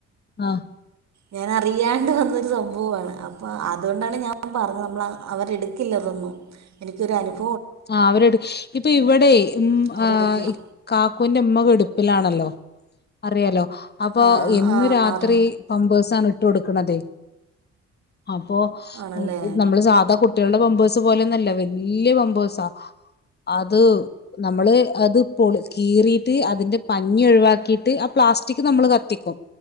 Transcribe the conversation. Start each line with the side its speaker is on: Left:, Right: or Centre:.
Left: ആഹ്.
Right: ഞാൻ അറിയാണ്ട് വന്നൊരു സംഭവമാണ് അപ്പൊ അതുകൊണ്ടാണ് ഞാൻ പറഞ്ഞത് നമ്മള്. അവരെടുക്കില്ലതൊന്നും എനിക്കൊരു അനുഭവ
Left: ആ അവരെടു ഇപ്പൊ ഇവിടെയെ മ്
Right: അവരെടുക്കില്ല
Left: ആ് കാക്കുവിന്റെ ഉമ്മ കെടപ്പിലാണ്. ആണലോ അറിയാലോ അപ്പോ
Right: ആ
Left: എന്നുംരാത്രി
Right: ആ ആറ്
Left: പമ്പേഴ്സാണ് ഇട്ട് കൊടുക്കണതെ അപ്പോ
Right: ആണല്ലേ
Left: നമ്മള് സാധാ കുട്ട്യോളുടെ പാമ്പേഴ്സ്. പോലന്നുവല്ല വല്യാ പമ്പേഴ്സാ. അത് നമ്മള് അത് പൊളി കീറിട്ട് അതിന്റെ പഞ്ഞി ഒഴിവാക്കിട്ട് ആ പ്ലാ സ്റ്റിക്ക് നമ്മൾ കത്തിക്കും